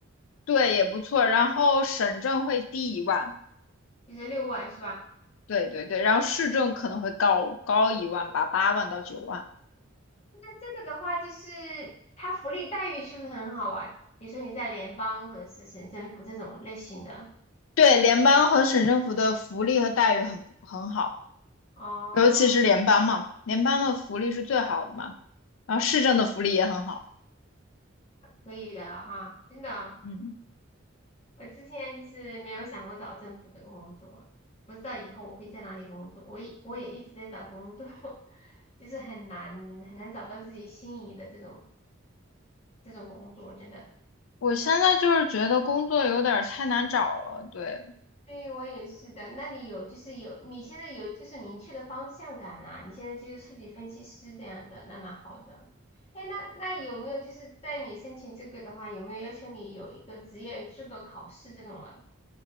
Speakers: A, on the left (about 70°); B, on the left (about 30°).
A: 对，也不错。然后省政会低一万，
B: 那就是六万是吧？
A: 对对对，然后市政可能会高高一万吧，八万到九万。
B: 那这个的话，就是它福利待遇是不是很好啊？比如说你在联邦或者是省政府这种类型的，
A: 对，联邦和省政府的福利和待遇很很好，
B: 哦，
A: 尤其是联邦嘛，联邦的福利是最好的嘛，然后市政的福利也很好。
B: 可以的哈，真的。
A: 嗯，
B: 我之前就是没有想过找政府的工作，不知道以后我会在哪里工作。我也我也一直在找工作，<laughs> 就是很难很难找到自己心仪的这种这种工作，真的。
A: 我现在就是觉得工作有点儿太难找了。对，
B: 对，我也是的。那你有就是有，你现在有就是明确的方向感啦、你现在就是数据分析师这样子，那蛮好的。哎，那那有没有就是在你申请这个的话，有没有要求你有一个职业资格考试这种的？